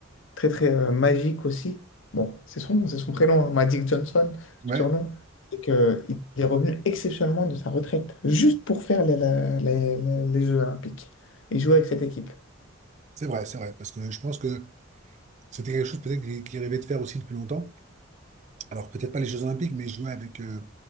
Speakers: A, on the left; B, on the right.
A: très très euh, magique aussi. Bon, c'est son, c'est son prénom, hein, Magic Johnson,
B: ouais,
A: surnom. Et que, il est revenu exceptionnellement de sa retraite, juste pour faire les, la- les- les- les Jeux Olympiques et jouer avec cette équipe.
B: c'est vrai, c'est vrai. Parce que je pense que c'était quelque chose peut-être qu'ils qu'ils rêvaient de faire aussi depuis longtemps. alors peut-être pas les Jeux Olympiques, mais jouer avec, euh,